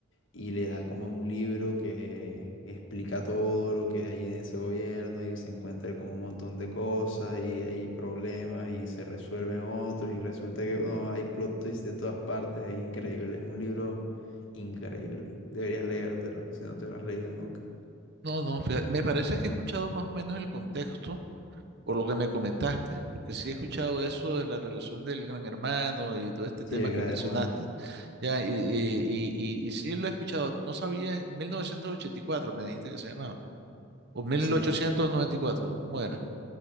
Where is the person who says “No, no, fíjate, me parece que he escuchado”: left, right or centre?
Right